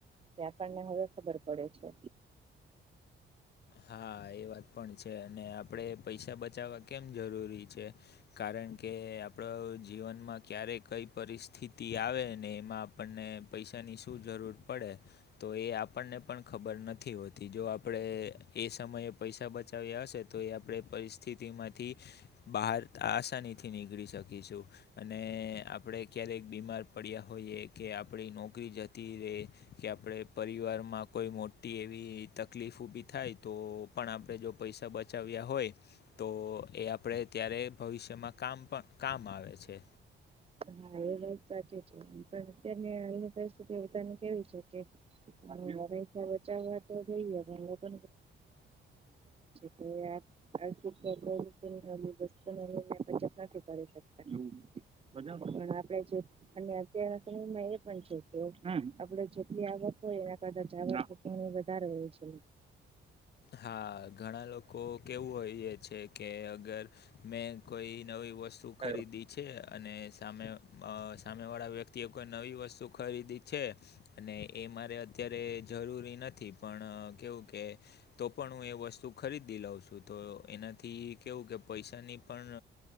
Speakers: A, on the right; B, on the left.
A: કે આપણને હવે ખબર પડે છે.
B: હા એ વાત પણ છે અને આપડે પૈસા બચાવવા કેમ જરૂરી છે કારણ કે આપણો જીવનમાં ક્યારેય કઈ પરિસ્થિતિ આવે ને એમાં આપણને પૈસાની શું જરૂર પડે? તો, એ આપણને પણ ખબર નથી હોતી, જો આપણે એ સમયે પૈસા બચાવ્યા હશે, તો એ આપણે પરિસ્થિતિમાંથી બહાર આસાની થી નીકળી શકીશું. અને આપણે ક્યારેક બીમાર પડ્યા હોઈએ, કે આપણી નોકરી જતી તીરે કે, આપણે પરિવારમાં કોઈ મોટી એવી તકલીફ ઊભી થાય. તો પણ આપણે જો પૈસા બચાવ્યા હોય. તો એ આપણે ત્યારે ભવિષ્યમાં કામ પણ કામ આવે છે.
A: હા, એ વાત સાચી છે. પણ અત્યની અની પરિસ્થિતિ બધાની કેવી છે કે હ, હંમેશા બચાવવા તો જઈએ પણ લોકો છે. આર્થ વસ્તુ બચત નથી કરી શકતા. બધા આપે છે. અને અત્યારના સમયમાં, એ પણ છે કે, આપડે જેટલી આવક હોય, એના કદાચ આવક હ, વધારે હોય છે.
B: હા, ઘણા લોકો કેવું હોય એ છે કે, અગર મેં કોઈ નવી વસ્તુ ખરીદી
A: લોકોની.
B: છે, અને સામે અ સામે વાળા વ્યક્તિએ કોઈ નવી વસ્તુ ખરીદી છે. અને એ મારે અત્યારે જરૂરી નથી, પણ કેવું કે, તો પણ હું એ વસ્તુ ખરીદી લઉં છું, તો એનાથી કેવું કે પૈસાની પણ